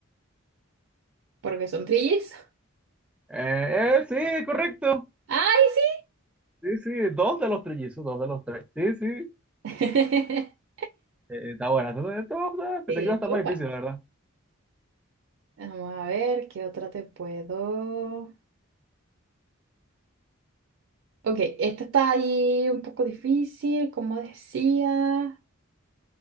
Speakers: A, on the right (about 70°); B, in the centre.
A: Porque son trillizos.
B: Eh, eh, sí, correcto.
A: ¡Ay, sí!
B: Sí, sí, dos de los trillizos, dos de los tres. Sí, sí.
A: <laughs>
B: Eh, está buena. Entonces, esto, eh, pensé
A: Sí,
B: que iba a estar
A: sí, papá.
B: más difícil, la verdad.
A: Vamos a ver qué otra te puedo. Ok, esta está ahí un poco difícil, como decía.